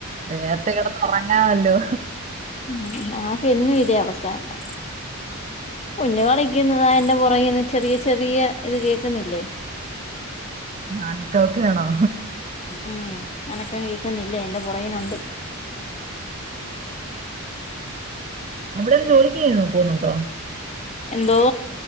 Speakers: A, on the right; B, on the left.
A: നേരത്തെ കിടന്ന് ഉറങ്ങാമല്ലോ
B: ഉം നമ്മക്ക് എന്നും ഇതേ അവസ്ഥല്ല കുഞ്ഞു കളിക്കുന്നതാ എന്റെ പുറകന്ന് ചെറിയ ചെറിയ ഇത് കേൾക്കുന്നില്ലേ
A: അനക്കം ഒക്കെയാണോ
B: ഉം അനക്കം കേക്കുന്നില്ലേ എന്റെ പോരാകിനൊണ്ട്
A: അവിടെ ഒരു ജോലിക്ക് <unintelligible> പോന്നുണ്ടോ
B: എന്തോ